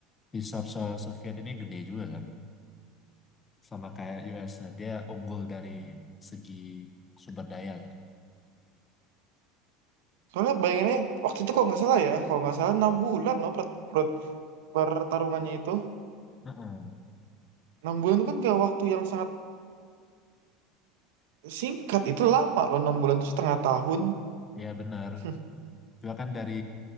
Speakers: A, on the left; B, on the right.
A: di so- so- Soviet ini gede juga kan, sama kayak US. Nah, dia unggul dari segi sumber daya gitu.
B: Soalnya bayanginnya waktu itu kalau nggak salah ya, kalau nggak salah 6 bulan loh per, per- pertarungannya itu.
A: Heeh.
B: enam bulan itu kan gak waktu yang sangat singkat, itu lama loh 6 bulan itu setengah tahun.
A: Ya benar.
B: <laughs>
A: Juga kan dari